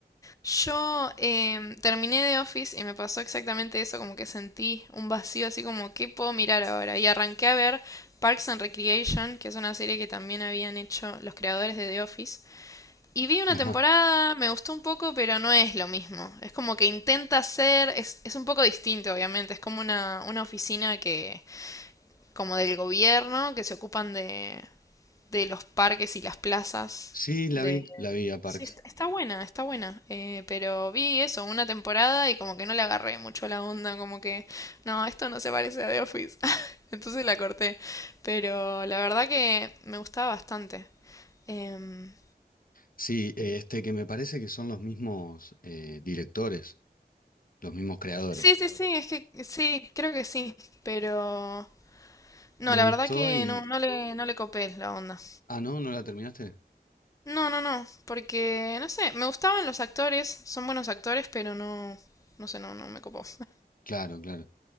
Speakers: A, on the left; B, on the left.
A: Yo em, terminé de Office y me pasó exactamente eso, como que sentí un vacío así como, ¿qué puedo mirar ahora? Y arranqué a ver Parks and Recreation, que es una serie que también habían hecho los creadores de The Office. Y vi una
B: Ajá.
A: temporada, me gustó un poco, pero no es lo mismo. Es como que intenta ser, es, es un poco distinto, obviamente. Es como una, una oficina que, como del gobierno, que se ocupan de, de los parques y las plazas.
B: Sí, la
A: De...
B: vi, la vi a
A: Sí,
B: Park.
A: est- está buena, está buena. Eh, pero vi eso, una temporada y como que no le agarré mucho la onda, como que, no, esto no se parece a The Office. <laughs> Entonces la corté. Pero la verdad que me gustaba bastante. Em,
B: Sí, eh, este que me parece que son los mismos eh, directores, los mismos creadores.
A: Sí, sí, sí, es que sí, creo que sí, pero no,
B: Me
A: la
B: gustó
A: verdad que
B: y...
A: no, no le, no le copé la onda.
B: Ah, no, ¿no la terminaste?
A: No, no, no, porque no sé, me gustaban los actores, son buenos actores, pero no, no sé, no, no me copó.
B: Claro, claro.